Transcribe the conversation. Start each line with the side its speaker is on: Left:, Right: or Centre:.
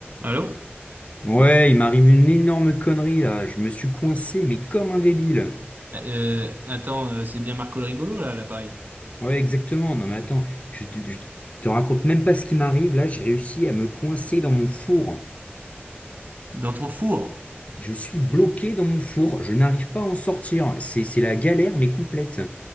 Right: Allô?
Left: Ouais, il m'arrive une énorme connerie là. Je me suis coincé, mais comme un débile.
Right: Euh, attends, euh, c'est bien Marco le rigolo là, à l'appareil.
Left: Ouais, exactement. Non, mais attends, je te, je te raconte même pas ce qui m'arrive. Là, j'ai réussi à me coincer dans mon four.
Right: Dans ton four.
Left: Je suis bloqué dans mon four. Je n'arrive pas à en sortir. C'est, c'est la galère, mais complète.